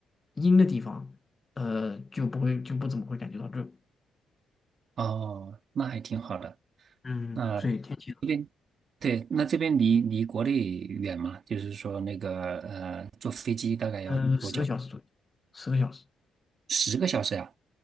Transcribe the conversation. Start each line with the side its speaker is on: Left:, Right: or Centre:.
Left: 阴的地方，呃，就不会就不怎么会感觉到热。
Right: 哦，那还挺好的。
Left: 嗯，
Right: 那
Left: 所以天气，
Right: 这边对，那这边离离国内远吗？就是说那个呃，坐飞机大概要多久？
Left: 嗯，十个小时左右，十个小时。
Right: 十个小时呀、